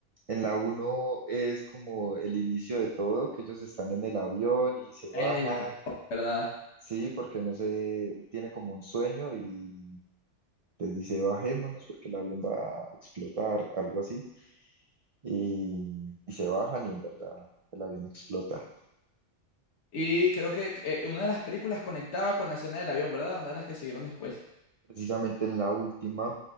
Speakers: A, on the right; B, on the left.
A: En la uno es como el inicio de todo, que ellos están en el avión y se baja,
B: En el avión, ¿verdad?
A: sí, porque no sé, él tiene como un sueño y les dice bajémonos porque el avión va a explotar, algo así, y, y se bajan y en verdad el avión explota.
B: Y creo que eh, una de las películas conectaba con la escena del avión, ¿verdad? Una de las que siguieron después.
A: Precisamente en la última,